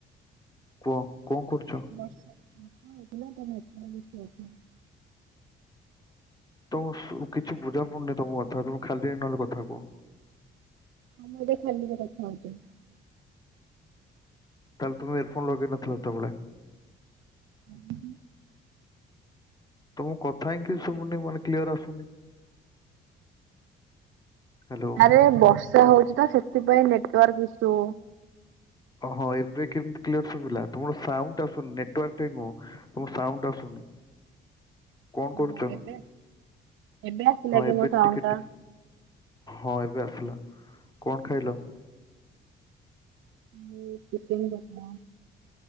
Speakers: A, on the left; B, on the right.
A: କୁହ କଣ କରୁଛ?
B: ବର୍ଷା। <unintelligible>
A: ତମ ଶୁ କିଛି ବୁଝା ପଡୁନି ତମ କଥା ତମେ ଖାଲିରେ ନହେଲେ କଥା କୁହ?
B: ମୁଁଏବେ ଖାଲିରେ କଥା ହଉଛି।
A: ତାହେଲେ ତମେ ଇଅର ଫୋନ୍ ଲଗେଇନଥିଲ ସେତେବେଳେ।
B: ହୁଁ।
A: ତମ କଥା ହିଁ କିଛି ଶୁଭୁନି ମୋ ମାନେ କ୍ଲିଅର ଆସୁନି। ହ୍ୟାଲୋ
B: ଆରେ ବର୍ଷା ହଉଚି ତ ସେଥିପାଇଁ ନେଟୱାର୍କ ଇସୁ।
A: ହଁ ଏବେ କିନ୍ତୁ କ୍ଲିୟର ଶୁଭିଲା ତୁମର ସାଉଣ୍ଡ ଆସୁନି ନେଟୱାର୍କ ଠେଇଁ କଣ? ତମ ସାଉଣ୍ଡ୍ ଆସୁନି? କଣ କରୁଛ
B: ଓହୋ ଏବେ ଏବେ ଆସିଲା
A: ହଁ
B: କି
A: ଏବେ
B: ମୋ ସାଉଣ୍ଡ
A: ଟିକେ
B: ଟା?
A: ହଁ ଏବେ ଆସିଲା, କଣ ଖାଇଲ?
B: ମୁଁ ଚିକେନ୍ କଷା।